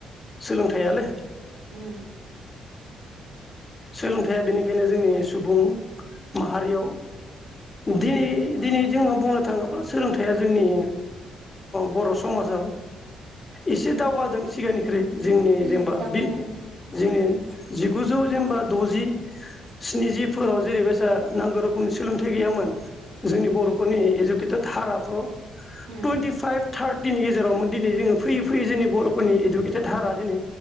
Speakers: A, on the left; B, on the right.
A: सोलोंथाइयालै <inaudible>
B: उम
A: सोलोंथाइया बेनिखायनो जोंनि सुबुं माहारियाव दिनै दिनै जोङो बुंनो थाङोब्ला सोलोंथाइया जोंनि बर' ओ समाजाव एसे दावगादों सिगांनि ख्रुइ जोंनि
B: उम
A: जेनेबा
B: दावगादों
A: बि जोंनि जिगुजौ जेनबा द'जि स्निजिफोराव
B: उम
A: जेरैबायसा जा नांगौ रोखोमनि सोलोंथाइ गैयामोन जोंनि
B: उम
A: बर'फोरनि <unintelligible>
B: उम
A: टुइन्टि फाइभ थार्टिनि गेजेरावमोन दिनै जोङो फैयै फैयै जोंनि बर'फोरनि इडुकेटेड हारा दिनै